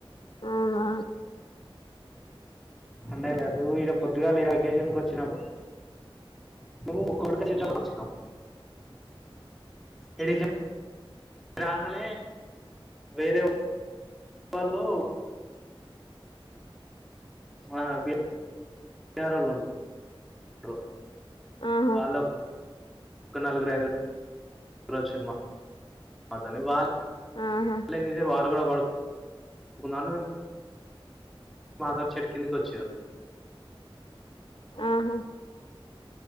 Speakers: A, on the left (about 60°); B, in the centre.
A: అవునా
B: అండే లేదు ఈడ పొద్దుగా ఈడకేషన్ వచ్చినప్పుడు మేము ఒక్కక్కడిక చిపడు వచ్చినము ఈడికే రాంగనే వేరే వాళ్లు ఆ బీహారొళ్ళు డ్రు
A: ఆహా
B: వాలో ఒక నలుగురు ఐదు <unintelligible> మాతోని వాళ్ళేం
A: ఆహా
B: చేసార్ వాళ్ళు గుడా పడు ఉన్నాన్వే మాదర్ చెట్టుకింద కొచ్చిరు
A: ఆహా